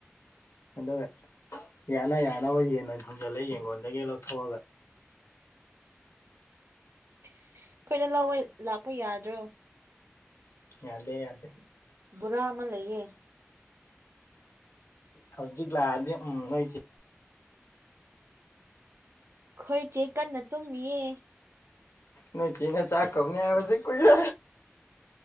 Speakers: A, on the left (about 80°); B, on the right (about 70°).
A: ꯑꯗꯨꯒ ꯌꯥꯅ ꯌꯥꯅꯕ ꯌꯦꯟ ꯑꯣꯏꯅ ꯊꯣꯡꯖꯜꯂꯦ ꯌꯦꯡꯒꯣꯟꯗꯒꯤ ꯂꯧꯊꯣꯛꯑꯒ
B: ꯑꯩꯈꯣꯏꯅ ꯂꯧꯋꯦ ꯂꯥꯛꯄ ꯌꯥꯗ꯭ꯔꯣ
A: ꯌꯥꯗꯦ ꯌꯥꯗꯦ
B: ꯕꯨꯔꯥ ꯑꯃ ꯂꯩꯌꯦ
A: ꯍꯧꯖꯤꯛ ꯂꯥꯛꯑꯗꯤ ꯎꯝ ꯅꯣꯏ ꯆꯦ
B: ꯈꯣꯏ ꯆꯦ ꯀꯟꯅ ꯇꯨꯝꯃꯤꯌꯦ
A: ꯅꯣꯏ ꯆꯦꯅ ꯆꯥꯛ ꯀꯧꯅꯤ ꯍꯥꯏꯕꯖꯦ ꯀꯨꯏꯔꯦ